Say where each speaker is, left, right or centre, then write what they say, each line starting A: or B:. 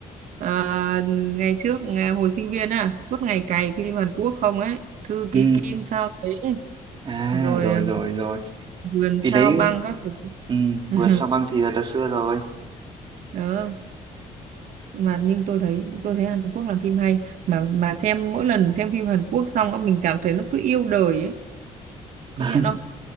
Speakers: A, on the right; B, on the right.
A: à, ngày trước à, hồi sinh viên à suốt ngày cày phim Hàn Quốc không ấy Thư ký
B: ừ
A: Kim sao thế
B: à
A: rồi
B: rồi
A: à,
B: rồi rồi
A: vườn
B: vì
A: sao
B: đấy
A: băng các thứ
B: ừ.
A: <laughs>
B: vườn sao băng thì là đợt xưa rồi
A: đó mà nhưng tôi thấy tôi thấy Hàn Quốc làm phim hay mà mà xem mỗi lần xem phim Hàn Quốc xong á, mình cảm thấy nó cứ yêu đời ấy công
B: <laughs>
A: nhận không